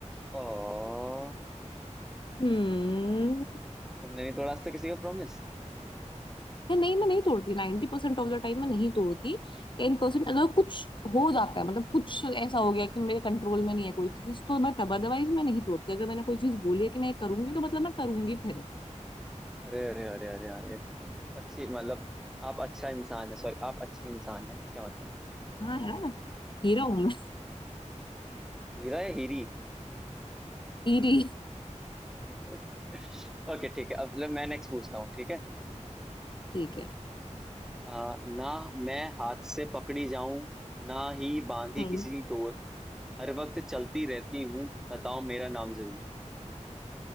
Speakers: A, in the centre; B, on the left.
A: ओ
B: हम्म
A: तुमने नहीं तोड़ा आज तक किसी का प्रॉमिस
B: है नहीं मैं नहीं तोड़ती 90% परसेंट ऑफ द टाइम मैं नहीं तोड़ती टेन परसेंट अगर कुछ हो जाता है मतलब कुछ ऐसा हो गया कि मेरे कंट्रोल में नहीं है कोई चीज तो मैं तब अदरवाइज मैं नहीं तोड़ती अगर मैंने कोई चीज बोली है कि मैं ये करूंगी तो मतलब मैं करूंगी फिर
A: अरे अरे अरे अरे अरे अच्छी मतलब आप अच्छा इंसान है सॉरी आप अच्छी इंसान है इसका मतलब
B: हाँ यार हीरा हूं मैं
A: हीरा या हीरी
B: <laughs> हीरी
A: <laughs> ओके ठीक है अब ले- मैं नेक्स्ट पूछता हूँ ठीक है
B: ठीक है
A: आ, ना मैं हाथ से पकड़ी जाऊं ना ही बांधी
B: हम्म
A: किसी डोर हर वक्त चलती रहती हूँ बताओ मेरा नाम जरूर